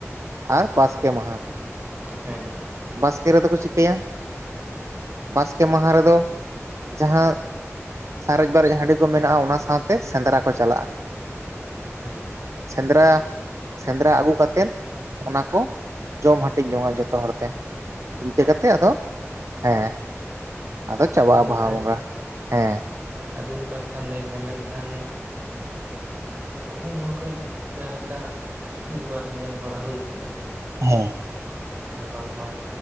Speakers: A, on the right; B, on the right.
A: ᱟᱨ ᱵᱟᱥᱠᱮ ᱢᱟᱦᱟ᱾
B: ᱦᱮᱸ
A: ᱵᱟᱥᱠᱮ ᱨᱮᱫᱚ ᱠᱚ ᱪᱤᱠᱟᱹᱭᱟ ᱵᱟᱥᱠᱮ ᱢᱟᱦᱟ ᱨᱮᱫᱚ ᱡᱟᱦᱟᱸ ᱥᱟᱨᱮᱡ ᱵᱟᱨᱮᱡ ᱦᱟᱺᱰᱤ ᱠᱚ ᱢᱮᱱᱟᱜᱼᱟ ᱚᱱᱟ ᱥᱟᱶᱛᱮ ᱥᱮᱸᱫᱽᱨᱟ ᱠᱚ ᱪᱟᱞᱟᱜᱼᱟ᱾
B: ᱦᱩᱸ
A: ᱥᱮᱸᱫᱽᱨᱟ ᱥᱮᱸᱫᱽᱨᱟ ᱟᱹᱜᱩ ᱠᱟᱛᱮᱫ ᱚᱱᱟ ᱠᱚ ᱡᱚᱢ ᱦᱟᱹᱴᱤᱧ ᱡᱚᱝᱼᱟ ᱡᱷᱚᱛᱚ ᱦᱚᱲ ᱛᱮ ᱾ ᱤᱝᱠᱟᱹ
B: ᱟᱪᱪᱷᱟ
A: ᱠᱟᱛᱮᱜ ᱟᱫᱚ ᱦᱮᱸ ᱟᱫᱚ ᱪᱟᱵᱟᱜᱼᱟ
B: ᱟᱹᱰᱤ ᱱᱟᱯᱟᱭ
A: ᱵᱟᱦᱟ ᱵᱚᱸᱜᱟ ᱦᱮᱸ
B: ᱟᱹᱰᱤ ᱱᱟᱯᱟᱭ ᱠᱟᱛᱷᱟᱢ ᱞᱟᱹᱭ ᱠᱮᱫᱟ ᱢᱮᱱᱠᱷᱟᱱ ᱟᱞᱮ ᱱᱚᱣᱟ ᱠᱚᱨᱮ ᱡᱟᱦᱟᱸ ᱞᱮᱠᱟ ᱢᱤᱫᱵᱟᱨ ᱧᱮᱞ ᱵᱟᱲᱟ ᱦᱳᱭ ᱠᱟᱱᱟ ᱾ ᱦᱩᱸ
A: ᱦᱮᱸ
B: ᱟᱨ ᱵᱟᱝᱢᱟ